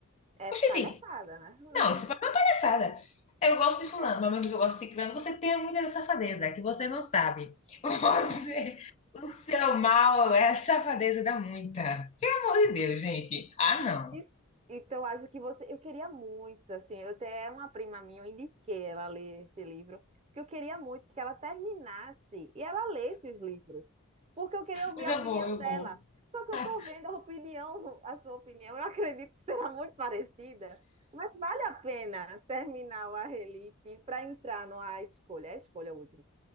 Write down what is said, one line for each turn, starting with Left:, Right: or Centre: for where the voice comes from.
Right: é
Left: Oxente,
Right: palhaçada, né? <laughs>
Left: não, isso é uma palhaçada. Eu gosto de fulano, mas mesmo que eu gosto de ciclano. Você tem muita safadeza, que você não sabe. <laughs> Você, o seu mal é a safadeza da muita. Pelo amor de Deus, gente. Ah, não.
Right: E- Então, acho que você. Eu queria muito, assim. Eu até uma prima minha, eu indiquei ela ler esse livro, porque eu queria muito que ela terminasse e ela lesse os livros, porque eu queria ouvir
Left: Mas
Right: a
Left: eu
Right: opinião
Left: vou, eu
Right: dela.
Left: vou.
Right: Só que
Left: Ah,
Right: eu tô vendo a opinião, a sua opinião, eu acredito que será muito parecida, mas vale a pena terminar o A Relite para entrar no A Escolha, é a escolha última